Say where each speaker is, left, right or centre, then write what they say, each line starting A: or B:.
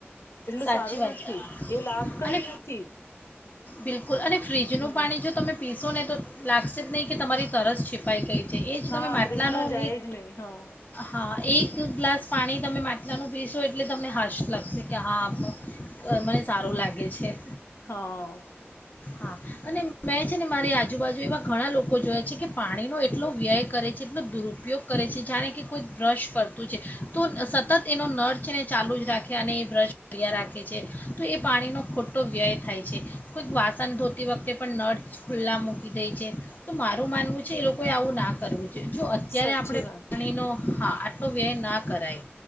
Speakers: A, on the left (about 70°); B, on the left (about 40°).
A: એટલું
B: સાચી
A: સારું
B: વાત
A: નથી
B: છે
A: એ લાભકારી
B: અને
A: નથી.
B: બિલકુલ અને ફ્રીજનુંું
A: હમ
B: પાણી જો તમે પીશો ને, તો લાગશે જ નહીં કે તમારી તરસ છિપાઈ, ગઈ છે એ જ
A: હા
B: તમે માટલાનું
A: ત્રૃષ્ણા, જાય
B: એક
A: જ નહી હા
B: હા એક ગ્લાસ પાણી તમે માટલાનું પીશો એટલે તમને હાશ લાગશે કે, હા મને સારું લાગે છે.
A: હા
B: હા અને મેં છે ને મારી આજુબાજુ એવા ઘણા લોકો જોવે છે કે પાણીનો એટલો વ્યય કરે છે, એટલો દુરુપયોગ કરે છે જાણે કે કોઈક બ્રશ કરતું છે તો સતત એનો નળ છે ને ચાલુ જ રાખે, અને એ બ્રશ કર્યા રાખે છે, તો એ પાણીનો ખોટો વ્યય થાય છે. કોઈક વાસ, વાસન ધોતી વખતે પણ નળ ખુલ્લા મૂકી દે છે, તો મારું માનવું છે એ લોકો ઍ આવું ના કરવું જો, જો અત્યારે
A: સાચી
B: આપણે પાણીનો,
A: વાત
B: હા, આટો વ્યય ના કરાય.